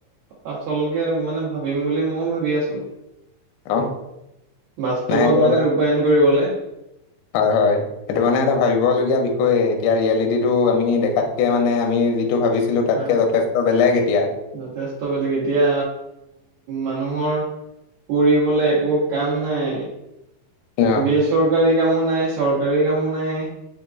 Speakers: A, on the right; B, on the left.
A: আচলকে মানে ভাবিম বুলি মইও ভাবি আছো।
B: অ
A: বাস্তৱত
B: নাই এইটো এটা
A: মানে ৰূপায়ন কৰিবলে।
B: হয় হয়। সেইটো মানে এটা ভাবিবলগীয়া বিষয় এতিয়া ৰিয়েলিটিটো আমি দেখাতকে মানে আমি যিটো ভাবিছো। ছিলো তাতকে
A: হয়
B: যথেষ্ট বেলেগ এতিয়া।
A: যথেষ্ট বেলেগ এতিয়া মানুহৰ, কৰিবলে একো কাম নাই।
B: অ
A: বেচৰকাৰী কামো নাই চৰকাৰী কামো নাই